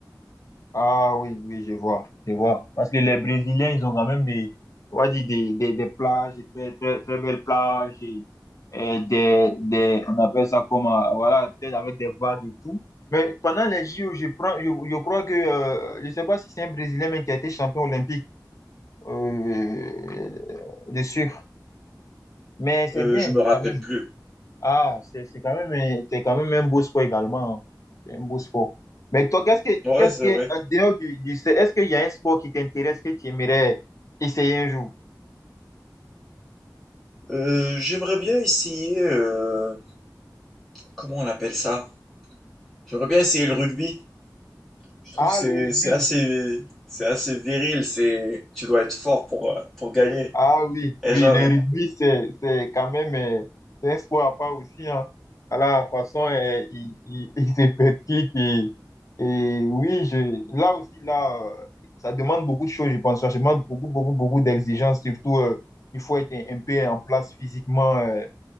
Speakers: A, on the left; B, in the centre.
A: Ah oui, oui, je vois, je vois. Parce que les Brésiliens, ils ont quand même des, on va dire des, des, des plages, des très, très, très belles plages, et, et des, des, on appelle ça comme, euh, voilà, peut-être avec des vagues et tout. Mais pendant les JO, je prends, je, je crois que, euh, je sais pas si c'est un Brésilien, mais qui a été champion olympique, euh, de surf. Mais c'est
B: Euh,
A: bien,
B: je me rappelle
A: quand même.
B: plus.
A: Ah, c'est c'est quand même, un- c'est quand même un beau sport également. hein. C'est un beau sport. Mais toi, qu'est-ce que,
B: Ouais,
A: qu'est-ce
B: c'est
A: que,
B: vrai.
A: en dehors du, du, C- est-ce qu'il y a un sport qui t'intéresse, que tu aimerais essayer un jour?
B: Euh, j'aimerais bien essayer, euh, comment on appelle ça? J'aimerais bien essayer le rugby. Je trouve
A: Ah,
B: que c'est
A: le rugby.
B: c'est assez c'est assez viril, c'est tu dois être fort pour euh, pour gagner.
A: Ah oui,
B: Et
A: oui,
B: genre
A: le rugby, c'est, c'est quand même euh, c'est un sport à part aussi. Hein. À la façon, euh, il, il, <laughs> il se pratique. Et, et oui, je, là aussi, là, euh, ça demande beaucoup de choses, je pense. Ça demande beaucoup, beaucoup, beaucoup d'exigences. Surtout, euh, il faut être un un peu en place physiquement. euh,